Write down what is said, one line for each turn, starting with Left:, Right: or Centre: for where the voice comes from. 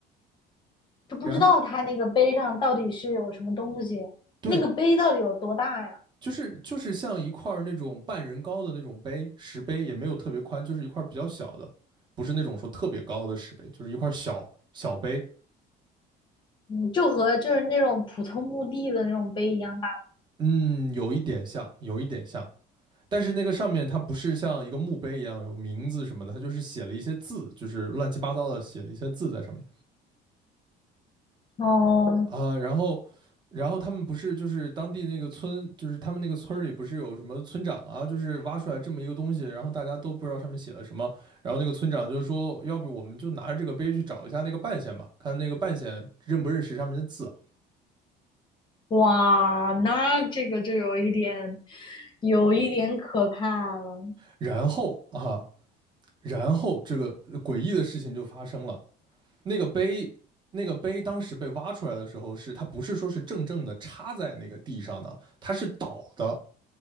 Left: 就不知道他那个碑上到底是有什么东西，
Right: 然对，
Left: 那个碑到底有多大呀？
Right: 就是就是像一块儿那种半人高的那种碑，石碑也没有特别宽，就是一块儿比较小的，不是那种说特别高的石碑，就是一块儿小小碑。
Left: 嗯，就和就是那种普通墓地的那种碑一样大
Right: 嗯，有一点像，有一点像。但是那个上面它不是像一个墓碑一样有名字什么的，它就是写了一些字，就是乱七八糟的写了一些字在上面
Left: 吗。哦，
Right: 啊、呃然后，然后他们不是就是当地那个村，就是他们那个村里不是有什么村长啊，就是挖出来这么一个东西，然后大家都不知道上面写了什么，然后那个村长就是说，要不我们就拿着这个碑去找一下那个半仙吧，看那个半仙认不认识上面的字。
Left: 哇，那这个就有一点，有一点可怕了。
Right: 然后啊，然后这个诡异的事情就发生了，那个碑，那个碑当时被挖出来的时候是，它不是说是正正的插在那个地上的，它是倒的，